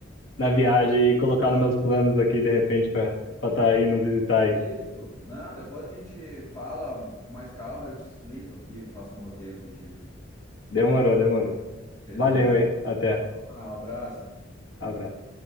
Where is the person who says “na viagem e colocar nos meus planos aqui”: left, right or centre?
Left